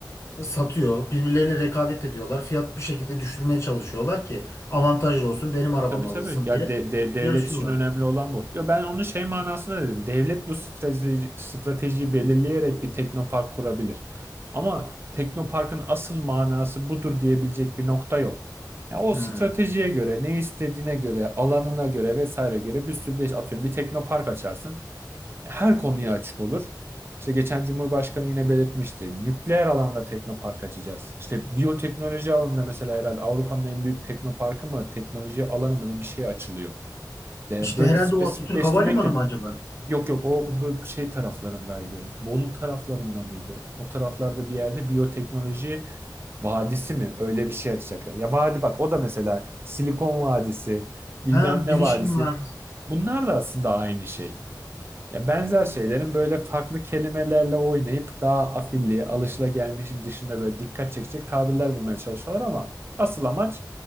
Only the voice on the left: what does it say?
satıyor. Birbirleriyle rekabet ediyorlar. Fiyat bir şekilde düşürmeye çalışıyorlar ki avantajlı olsun benim arabam
alınsın
diye
yarışıyorlar.
Hmm.
İşte
herhalde
o Atatürk Havalimanı
mı acaba?
Ha
bilişim
var.